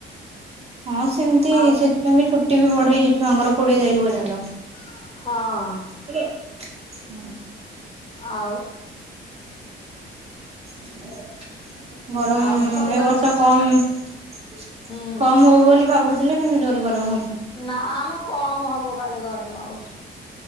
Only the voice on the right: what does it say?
ହଁ ସେମତି,
ସେଥିପାଇଁ ବି ଛୁଟି। <unintelligible> ବି ବଢ଼େଇଚି ଛୁଆଙ୍କର କୋଡିଏ ତାରିଖ ପର୍ଯ୍ୟନ୍ତ।
ହେଲା? ହୁଁ।
<unintelligible> ଗରମ
ଏ ବର୍ଷ କମ୍ <inaudible>
କମ ହବ ବୋଲି ଭାବୁ ଦିନେ କେମିତି ଜୋର ଗରମ ହଉ